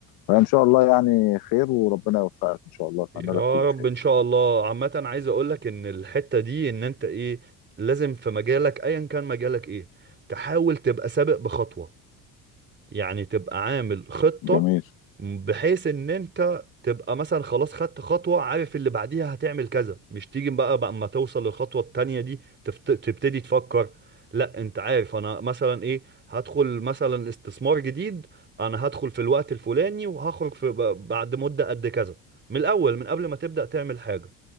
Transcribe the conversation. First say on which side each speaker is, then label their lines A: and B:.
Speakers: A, on the left; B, on the right.
A: فان شاء الله يعني خير وربنا يوفقك ان شاء الله اتمنى
B: يا
A: لك كل
B: رب
A: خير
B: ان شاء الله عامة عايز اقولك ان الحتة دي ان انت ايه لازم في مجالك ايا كان مجالك ايه تحاول تبقى سابق بخطوة يعني تبقى عامل خطة
A: جميل
B: بحيث ان انت تبقى مثلا خلاص خدت خطوة عارف اللي بعديها هتعمل كذا مش تيجي بقى بقى اما توصل للخطوة التانية دي تفت... تبتدي تفكر لا انت عارف انا مثلا ايه هدخل مثلا استثمار جديد انا هدخل في الوقت الفلاني وهخرج في ب- بعد مدة قد كذا من الاول من قبل ما تبدأ تعمل حاجة